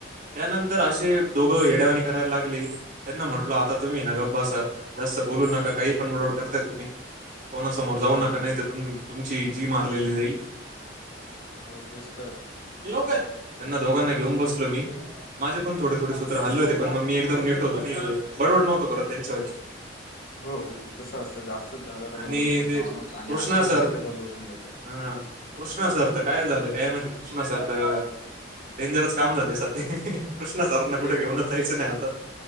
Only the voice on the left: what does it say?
हो
हो तेच तर
हो ते कसं असतं जास्तच झालं तर
बडबड करत
माणूस आणि
आती
झाली तर गप बसून घेतात.
ते